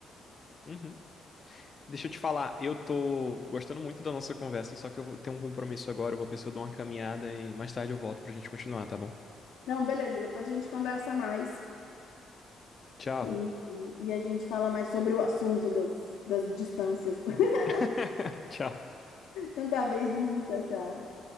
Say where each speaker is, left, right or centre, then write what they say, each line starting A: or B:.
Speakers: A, on the left; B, on the left.
A: Uhum. Deixa eu te falar, eu tô gostando muito da nossa conversa, só que eu vou ter um compromisso agora, eu vou ver se eu dou uma caminhada e mais tarde eu volto pra gente continuar, tá bom?
B: Não, beleza, depois a gente conversa mais.
A: Tchau.
B: E, e a gente fala mais sobre o assunto das, das distâncias. <laughs>
A: <laughs> Tchau.
B: Não tá a vez de mim, tchau, tchau.